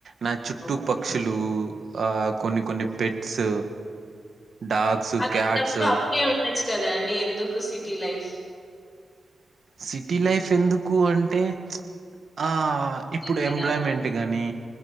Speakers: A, on the right (about 50°); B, on the left (about 30°).
A: నా చుట్టు
B: ఓకే.
A: పక్షులు ఆ కొన్ని కొన్ని పెట్స్ డాగ్స్,
B: అలాంటప్పుడు
A: క్యాట్స్
B: అక్కడే ఉండొచ్చు కదా అండి ఎందుకు సిటీ లైఫ్
A: సిటీ లైఫ్ ఎందుకు అంటే ప్చ్ ఆ అ ఇప్పుడు
B: బ్రతకడానికి?
A: ఎంప్లాయ్మెంట్ కానీ